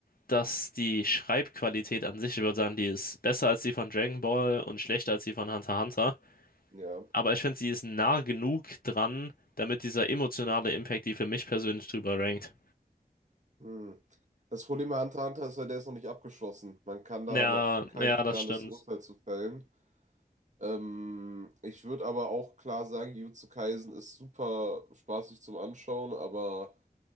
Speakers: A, on the left; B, on the right.
A: dass die Schreibqualität an sich, ich würde sagen, die ist besser als die von Dragon Ball und schlechter als die von Hunter x Hunter.
B: Ja.
A: Aber ich finde, sie ist nah genug dran, damit dieser emotionale Impact die für mich persönlich drüber rankt.
B: Hm. Das Problem bei Hunter x Hunter ist ja, der ist noch nicht abgeschlossen. Man kann
A: Ja,
B: da noch kein
A: ja,
B: finales
A: das stimmt.
B: Urteil zu fällen. Ähm, ich würde aber auch klar sagen, Jujutsu Kaisen ist super spaßig zum Anschauen, aber